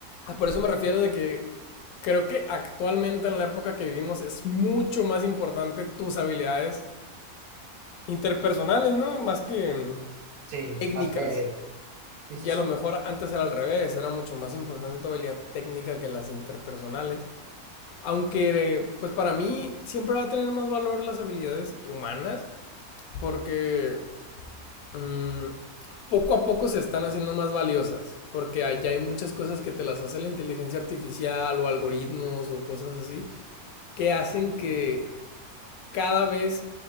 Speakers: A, on the left (about 75°); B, on the right (about 75°).
A: por eso me refiero de que creo que actualmente en la época que vivimos es mucho más importante tus habilidades interpersonales, ¿no? Más que mm,
B: Sí,
A: técnicas.
B: más que, sí, sí,
A: Y a
B: sí,
A: lo mejor antes era al revés, era mucho más importante tu habilidad técnica que las interpersonales. Aunque, pues para mí siempre va a tener más valor las habilidades humanas porque mm, poco a poco se están haciendo más valiosas. Porque allá hay muchas cosas que te las hace la inteligencia artificial o algoritmos o cosas así que hacen que cada vez